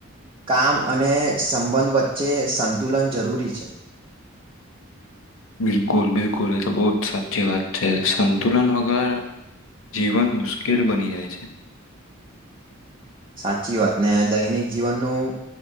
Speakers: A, on the right; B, on the left.
A: કામ અને સંબંધ વચ્ચે સંતુલન જરૂરી છે.
B: <inaudible> બિલકુલ-બિલકુલ એ તો બો સાચી વાત છે, સંતુલન વગર જીવન મુશ્કેલ બની જાય છે.
A: સાચી વાત ને દૈનિક જીવનનું